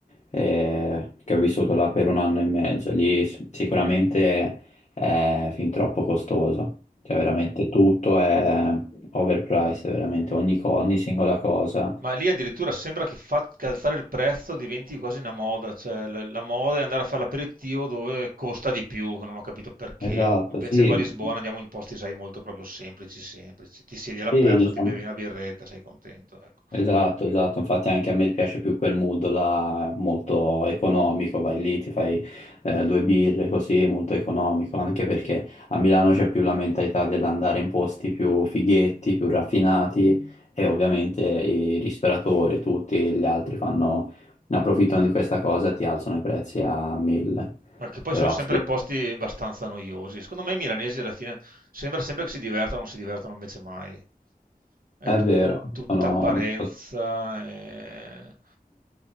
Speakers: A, on the left; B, on the right.
A: eh, che ho vissuto là per un anno e mezzo, lì s- sicuramente è fin troppo costoso, cioè veramente tutto è overpriced, veramente ogni, co- ogni singola cosa.
B: Ma lì addirittura sembra che faccia alzare il prezzo, diventi quasi una moda, cioè l- la moda è andare a fare l'aperitivo dove costa di più, che non ho capito perché.
A: Esatto,
B: Invece
A: sì,
B: qua a Lisbona andiamo in posti, sai, molto proprio semplici, semplici. Ti siedi all'aperto,
A: sì, diciamo.
B: ti bevi una birretta, sei contento, ecco.
A: Esatto, esatto, infatti anche a me piace più quel mood là, molto economico, vai lì, ti fai eh, due birre così, molto economico, anche perché a Milano c'è più la mentalità dell'andare in posti più fighetti, più raffinati e ovviamente i ristoratori, tutti gli altri fanno, ne approfittano di questa cosa e ti alzano i prezzi a mille,
B: Perché poi
A: però
B: sono sempre
A: sì,
B: posti abbastanza noiosi. Secondo me i milanesi alla fine sembra sempre che si divertano, non si divertono invece mai. È
A: è
B: tut-
A: vero,
B: tutta
A: sono
B: apparenza. e-